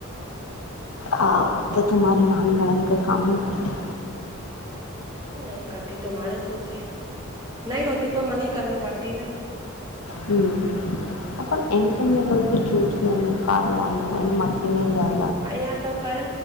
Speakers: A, on the left; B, on the right.
A: હા તો તમારી નાણા વાળન કર કામો કરતી.
B: નહી કરતી તો મારે શું છે. નહી હોતી તો મને કર પડતી ના.
A: હમ પણ એમ કેમને ક્યું કે કા વાનું મા ન.
B: અયા તો કલ